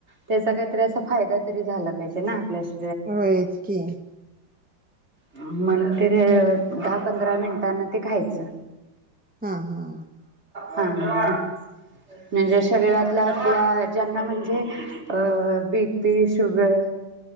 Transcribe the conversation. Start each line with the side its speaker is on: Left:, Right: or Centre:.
Right: त्याचा काहीतरी असा फायदा तरी झाला पाहिजे ना आपल्याशी
Centre: होयच की
Right: म्हणून तर दहा पंधरा मिनिटानं ते खायचं.
Centre: हा हा
Right: हां हां हं म्हणजे शरीरातल्या आपल्या ज्या त्यांना म्हणजे अं बी पी, शुगर